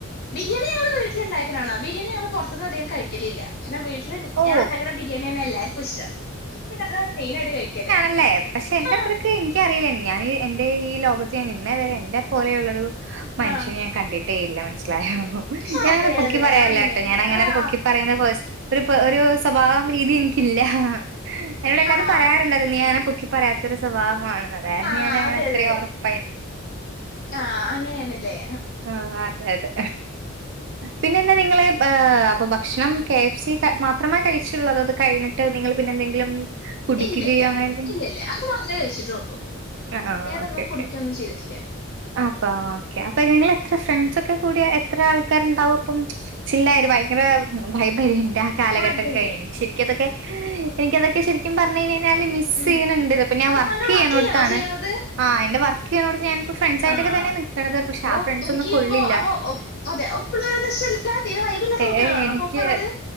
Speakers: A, on the left; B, on the right.
A: ബിരിയാണി ഞങ്ങള് വീട്ടിലിണ്ടാക്കലാണ് ബിരിയാണി ഞങ്ങള് പൊറത്തനധികം കഴിക്കലില്ല. കാരണം വീട്ടില്
B: ഓ
A: ഞാൻ ഇണ്ടാക്ക്ണ ബിരേണിന്നെ എല്ലാർക്കും ഇഷ്ടം അതാണ് മെയിനായിട്ട് കഴിക്കല്.
B: അല്ലെ പക്ഷെ എന്റെത്രയ്ക്ക്
A: ആഹ്
B: എനിക്കറിയില്ല എന്റെ ഈ ലോകത്ത് ഇന്നെ വരെ എന്റെ പോലെയുള്ളൊരു. മനുഷ്യനേ
A: ആഹ്
B: ഞാൻ കണ്ടിട്ടേ ഇല്ല മനസ്സിലായോ?
A: ആഹ്
B: ഞാനങ്ങനെ
A: അതെ
B: പൊക്കി
A: അതെ
B: പറയല്ലാട്ടോ
A: അതെ അങ്ങനെ
B: ഞാനങ്ങനൊരു
A: ആഹ്
B: പൊക്കി പറയുന്ന പേഴ്സ് ഒരു പ് ഒരു സ്വഭാവം രീതി എനിക്കില്ല. എന്നോട് എല്ലാരും
A: ആഹ്
B: പറയാറുണ്ട് അത് നീഅങ്ങനെ പൊക്കി പറയാത്തൊരു സ്വഭാവമാമാണ് അതായിരുന്നു
A: ആഹ്
B: ഞാനങ്ങനെ
A: അതെ
B: അത്ര
A: അതെ
B: ഒറ പൈ
A: ആഹ് അങ്ങനെയാണല്ലേ
B: ആഹ് അതെ അതെ. പിന്നെ എന്താ നിങ്ങള് ബാ അപ്പൊ ഭക്ഷണം കെ എഫ് സി ക മാത്രമേ കഴിച്ചുള്ളൂ അതോ അത് കഴിഞ്ഞിട്ട് നിങ്ങള് പിന്നെന്തെങ്കിലും കുടിക്കുകയോ
A: ഇല്ല ഇല്ല
B: അങ്ങനെ എന്തെ
A: ഇല്ല ഇല്ല അത് മാത്രമേ കഴിച്ചിട്ടുള്ളൂ
B: ആഹ്
A: വേറൊന്നും
B: ഓക്കെ ഓക്കെ.
A: കുടിക്കൊന്നും ചെയ്തിട്ടില്ല
B: അഹ് അപ്പ
A: ഉം
B: ഓക്കെ അപ്പൊ നിങ്ങളെത്ര ഫ്രണ്ട്സൊക്കെ കൂടിയ എത്ര ആൾക്കാരുണ്ടാവും അപ്പം. ചില്ലായൊര്
A: ഉം.
B: ഭയങ്കര വൈബാരിക്കും ഇന്റാ കാലഘട്ടൊക്കെ
A: അതെ അതെ
B: കഴിഞ്ഞു ശരിക്കതൊക്കെ എനിക്കതൊക്കെ ശരിക്കും പറഞ്ഞു കഴിഞ്ഞാല് മിസ്
A: ഉം
B: ചെയ്യണുന്നുണ്ട് അപ്പൊ ഞാൻ വർക്ക്
A: താങ്കൾ
B: ചെയ്യണോട്ത്താണ്.
A: ചെയ്യാണോ ചെയ്യുന്നത്
B: ആഹ് എന്റെ വർ വർക്കിയണടത്ത് ഞാനിപ്പം ഫ്രണ്ട്സായിട്ടൊക്കെ
A: ആഹ്
B: തന്നെ നിക്കണത് പക്ഷെ
A: അപ്പൊ
B: ആഹ് ഫ്രണ്ട്സൊന്നും
A: വർക്ക് ചെയ്യുമ്പോ
B: കൊള്ളില്ല.
A: അപ്പൊ ഒപ്പ് അതെ ഒപ്പുള്ളവരന്ന് വെച്ചാ തീരെ വൈബില്ലാത്ത
B: ഏഹ്
A: കുട്ടികളാണോ
B: എനിക്ക്
A: അപ്പൊ ഒപ്പുള്ളത്